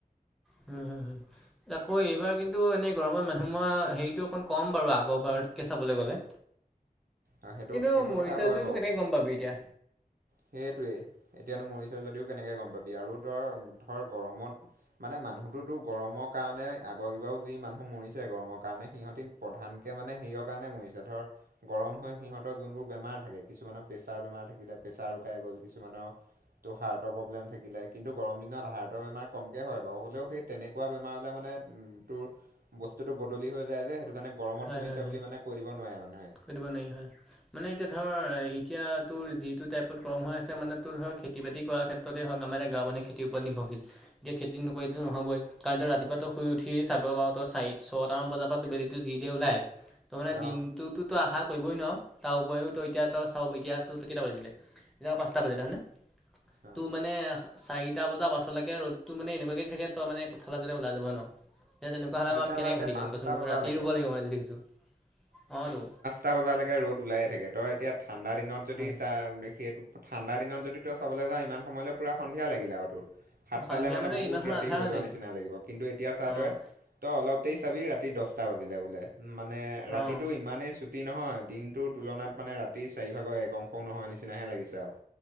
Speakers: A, in the centre; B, on the right.
A: হুম', হুম',। আকৌ এইবাৰ কিন্তু, এনেই গৰমৰ মানুহ মৰা হেৰিটো অকণ কম বাৰু আগৰ বাৰতকৈ চাবলৈ গ'লে।
B: অ', সেইটো-
A: কিন্তু
B: সেইটো
A: মৰিছে
B: কথা হয়
A: যদিনো
B: বাৰু,
A: কেনেকৈ গম পাবি এতিয়া
B: সেইটোৱেই। এতিয়ানো মৰিছে যদিও কেনেকে গম পাবি, আৰু তোৰ ধৰ গৰমত মানে মানুহটোতো গৰমৰ কাৰণে আগৰ কিবাও যি মানুহ মৰিছে গৰমৰ কাৰণে, সিহঁতে প্ৰধানকে মানে সেইয়ৰ কাৰণে মৰিছে ধৰ গৰম- হয় সিহঁতৰ যোনবোৰ বেমাৰ থাকে কিছুমানৰ প্ৰেছাৰ বেমাৰ থাকিলে প্ৰেছাৰ উুকাই গ'ল কিছুমানৰ- ত' হাৰ্টৰ প্ৰব্লেম থাকিলে কিন্তু গৰম দিনত হাৰ্টৰ বেমাৰ কমকে হয় বাৰু, হ'লেও সেই- তেনেকুৱা বেমাৰ হ'লে মানে উ তোৰ বস্তুতটো বদলি হৈ যায় যে সেইটো কাৰণে- গৰমত
A: হয়
B: মৰিছে
A: হয় হয়
B: বুলি মানে কৈ দিব নোৱাৰে মানুহে।
A: <unintelligible> মানে এতিয়া ধৰ এতিয়া তোৰ যিটো টাইপত গৰম হৈ আছে মানে তোৰ ধৰ খেতি বাতি কৰা ক্ষেত- ত্ৰতে হক আমাৰ এতিয়া গাঁওৰ মানুহে খেতিৰ ওপৰত নিৰ্ভৰশীল এতিয়া খেতি নকৰিলেটো নহবই। কাৰণটো ৰাতিপুৱাটো শুই উঠি চাব পৰা তই চাৰি ছটামান বজাৰ পৰাত বেলিটো যি দি ওলাই, তো মানে
B: ন
A: দিনটোতো আশা কৰিবই নোৱাৰোঁ। তাৰ উপৰিও তই এতিয়া তই চাওঁ, এতিয়া তই কেইটা বাজিলে? এতিয়া পাঁচটা বাজিলে হয়নে?
B: অ
A: টো মানে চাৰিটা বজাৰ পাছলৈকে ৰ'দটো মানে এনেকুৱাকে থাকে ত মানে পথালে যাতে ওলাই যাব নোৱাৰোঁ। এ তেনেকুৱা হ'লে
B: চাৰিটা
A: আৰু আমি কেনেকৈ
B: বাদ দে
A: খেতি
B: পাঁচটা
A: কৰিম কছোন বাৰু?
B: বজালৈকে
A: ৰাতি ৰুব লাগিব মানে যি দেখিছোঁ। অঁ তো।
B: টা বজালৈকে ৰ'দ ওলায়ে থাকে ত এতিয়া ঠাণ্ডা দিনত যদি
A: হয়।
B: তাৰ সেইটো- ঠাণ্ডা দিনত যদি তই চাবলৈ যাও ইমান সময়লৈ পুৰা সন্ধিয়া লাগিলে আৰু তোৰ। সাতটালে
A: সন্ধিয়া
B: মানে বহুত
A: ইমান সময়
B: ৰাতি
A: আন্ধাৰ
B: হৈ যোৱা
A: যায়
B: নিচিনা লাগিব কিন্তু এতিয়া চাহ
A: অ',
B: তই- তই অলপ দেৰি চাবি ৰাতি দছটা বাজিলে বোলে মানে
A: অ',
B: ৰাতিটো ইমানেই চু- টি নহয় দিনটোৰ তুলনাত মানে ৰাতি চাৰিভাগৰ এক অংশও নহয় নিচিনাহে লাগিছে আৰু।